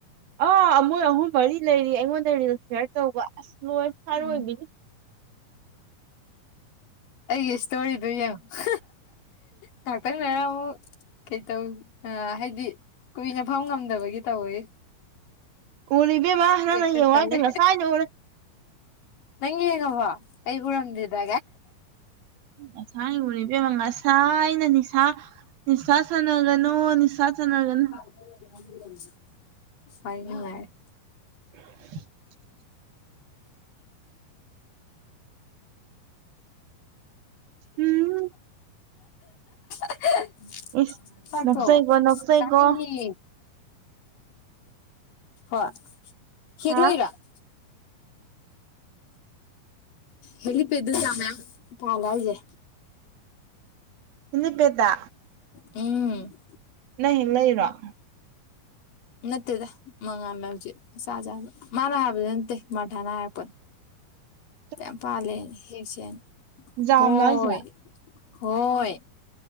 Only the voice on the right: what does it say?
ꯑꯥ ꯑꯃꯣꯏ ꯑꯍꯨꯝ ꯃꯔꯤ ꯂꯩꯔꯤ ꯑꯩꯉꯣꯟꯗ ꯔꯤꯜ ꯁꯤꯌꯥꯔ ꯇꯧꯕ ꯑꯁ ꯅꯣꯏ ꯁꯥꯔꯣꯏꯕꯤꯅꯤ
ꯎꯔꯦ ꯏꯕꯦꯝꯃ ꯅꯪꯅ
ꯌꯦꯡꯉꯣ <unintelligible> ꯉꯁꯥꯏꯅ ꯎꯔꯦ
ꯉꯁꯥꯏ ꯎꯔꯦ ꯕꯦꯝꯃ ꯉꯁꯥꯏꯅ ꯅꯤꯁꯥ ꯅꯤꯡꯁꯥ ꯁꯅꯒꯅꯣ ꯅꯤꯁꯥ ꯁꯅꯥꯒꯅꯣ
<unintelligible> ꯎꯝ
ꯏꯁ ꯅꯣꯛꯆꯩꯀꯣ ꯅꯣꯛꯆꯩꯀꯣ
ꯍꯥ
ꯍꯦꯂꯤꯄꯦꯠꯇ
ꯅꯪ ꯍꯦꯛ ꯂꯩꯔꯣ <inaudible>
<inaudible>
ꯖꯥꯝꯂꯣ
ꯍꯥꯏꯁꯦ